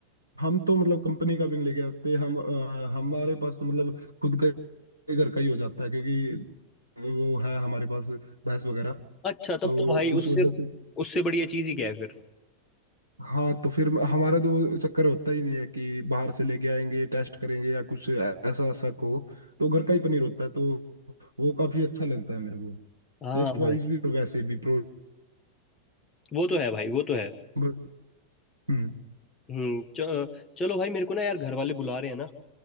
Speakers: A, on the right; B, on the left.
A: हम तो मतलब कंपनी का भी नहीं लेके आते हम अ, हमारे पास तो मतलब खुद का ही- घर का ही हो जाता है क्योंकि वो है हमारे पास भैंस वगैरह
B: अच्छा तब
A: तो
B: तो भाई
A: उस
B: उससे
A: वजह से
B: उससे बढ़िया चीज़ ही क्या है फिर
A: हाँ तो फिर हमारा तो वो चक्कर होता ही नहीं है कि बाहर से लेके आएंगे टेस्ट करेंगे या कुछ ऐसा ऐसा को तो घर का ही पनीर होता है तो वो काफी अच्छा लगता है मेरे को
B: हाँ
A: टेस्ट
B: भाई
A: वाइज भी और वैसे भी प्रो
B: वो तो है भाई वो तो है
A: बस हम्म
B: हम्म च- चलो भाई मेरे को ना यार घर वाले बुला रहे हैं ना